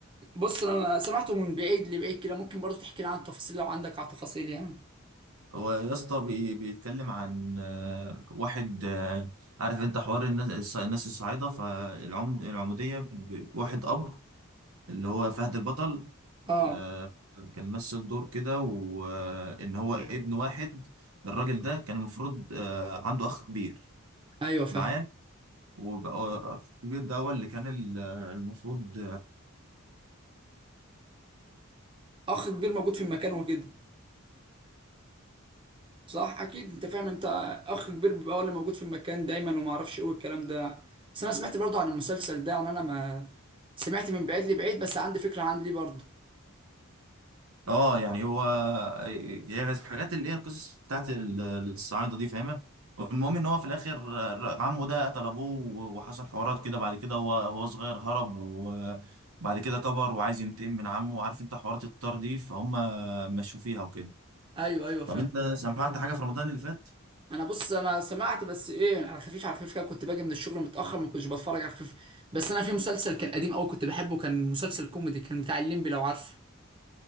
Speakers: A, on the right; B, on the right.
A: بص انا سمعته من بعيد لبعيد كده ممكن برضه تحكي لي عن تفاصيل لو عندك على تفاصيل يعني
B: هو يا اسطى بي- بيتكلم عن آه، واحد آه، عارف انت حوار الناس الص- الناس الصعايده فالعمد العموديه ب- واحد اب اللي هو فهد البطل
A: اه
B: آه، كان مثل دور كده وان هو ابن واحد الراجل ده كان المفروض آه، عنده اخ كبير
A: ايوه فاهم
B: معايا وبقى اخ كبير ده هو اللي كان ال- المفروض
A: اخ كبير موجود في المكان وكده صح اكيد انت فاهم انت اخ كبير بيبقى هو اللي موجود في المكان دايما وما اعرفش ايه والكلام ده بس انا سمعت برضه عن المسلسل ده يعني انا ما سمعت من بعيد لبعيد بس عندي فكره عن ليه برضه
B: اه يعني هو هي الحاجات اللي هي القصص بتاعت ال- الصعايده دي فاهمه المهم ان هو في الاخر ر- عمه ده قتل ابوه و- وحصل حوارات كده بعد كده هو هو صغير هرب وبعد كده كبر وعايز ينتقم من عمه وعارف انت حوارات الطار دي فهم مشوا فيها وكده
A: ايوه ايوه فاهم
B: طب انت سمعت حاجه في رمضان اللي فات
A: انا بص انا سمعت بس ايه على خفيف على خفيف كده كنت باجي من الشغل متاخر ما كنتش بتفرج على خفيف بس انا في مسلسل كان قديم قوي كنت بحبه كان مسلسل كوميدي كان بتاع الليمبي لو عارفه